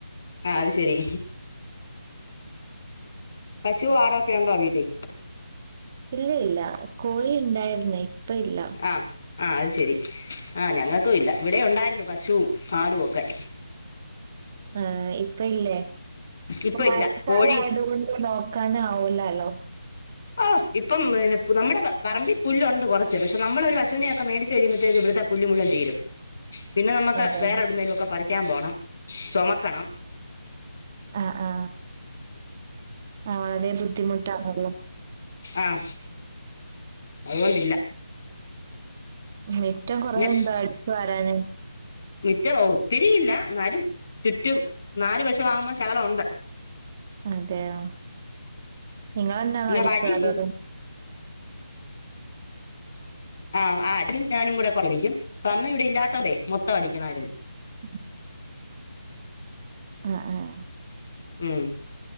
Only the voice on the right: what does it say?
ഇല്ല ഇല്ല കോഴി ഇണ്ടായിരുന്ന് ഇപ്പ ഇല്ല
ആഹ് ഇപ്പ ഇല്ലേ ഇപ്പ
മയക്കാല
ആയതുകൊണ്ട് നോക് ക്കാനാവുലാല്ലോ
അതാണ്
ആഹ് ആഹ് ആഹ് അതിന് ബുദ്ധിമുട്ടാണല്ലോ
ഇനി മിറ്റം കൊറേ
ഉണ്ട് അടിച്ചു വാരാന്
അതെയാ നിങ്ങളന്നാ
അടിച്ചു
വാരാറ്
ഉം ആഹ് ആഹ്